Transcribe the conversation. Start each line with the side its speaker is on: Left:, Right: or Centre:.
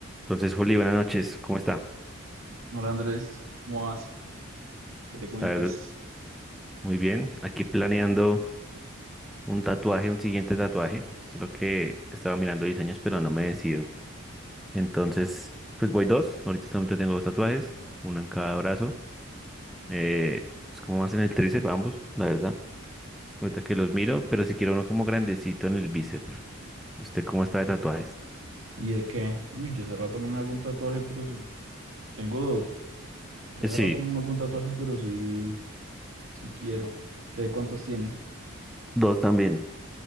Centre: Entonces, Juli, buenas noches. ¿Cómo está?
Right: Hola Andrés, ¿cómo vas? ¿Qué te cuentas?
Centre: La verdad, muy bien. Aquí planeando un tatuaje, un siguiente tatuaje. Solo que estaba mirando diseños, pero no me decido. Entonces, pues voy dos. Ahorita solamente tengo dos tatuajes, uno en cada brazo. Eh, es como más en el tríceps, ambos, la verdad. Ahorita que los miro, pero si quiero uno como grandecito en el bíceps. ¿Usted cómo está de tatuajes?
Right: ¿Y de qué? Uy, yo hace rato no me hago un tatuaje, pero s- tengo dos. Yo
Centre: Sí,
Right: hace rato no me hago un tatuaje, pero sí, sí quiero. ¿Usted cuántos tiene?
Centre: dos también.